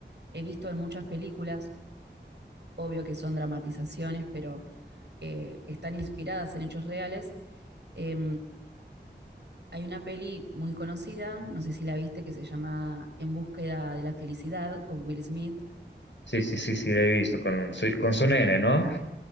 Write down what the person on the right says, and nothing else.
he visto en muchas películas obvio que son dramatizaciones, pero eh, están inspiradas en hechos reales. Eh, hay una peli muy conocida, no sé si la viste, que se llama En búsqueda de la felicidad con Will Smith.